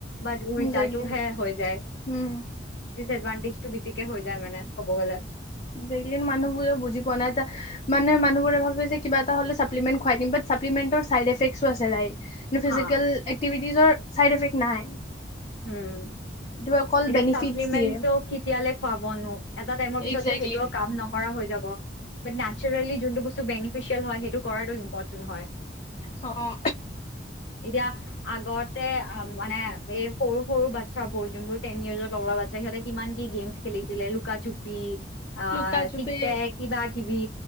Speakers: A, on the left; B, on the left.
A: বাট উল্টাটো
B: একজেক্টলি
A: হে হৈ যায়
B: উম
A: ডিচএডভানটেজটো বেছিকে হৈ যায় মানে ক'ব গ'লে
B: <unintelligible> মানুহ বোৰে বুজি পোৱা নাই এটা মানে মানুহবোৰে ভাবে যে কিবা এটা হলে চাপলিমেন্ট খুৱাই দিম বাট চাপলিমেণ্টৰ চাইড এফেকছো্ আছে ৰাইট কিন্তু ফিজিকেল
A: হা
B: একটিভিটিজৰ চাইড এফেক্ট নাই
A: হম
B: এইটো অকল
A: এতিয়া
B: বেনিফিটছ
A: চাপ্লিমেন্টো
B: দিয়ে
A: কেতিয়ালে খুৱাবনো এটা টাইমৰ পিছত
B: একজেক্টলি
A: তো সেইটোও কাম ন কৰা হৈ যাব বাট নাছেৰেলি যোনটো বস্তু বেনিফিচিয়াল হয় সেইটো কৰাটো ইম্পৰ্টেন্ট হয়
B: অ অ
A: এতিয়া আগতে অ মানে এই সৰু সৰু বাচ্ছা বোৰ যোনবোৰ টেন ইয়াৰছৰ লৰা বাচ্ছা সিহঁতে কিমান কি গেমছ্ খেলিছিলে লুকাচুপি অ
B: লুকা চুপি
A: টিকটেক কিবা কিবি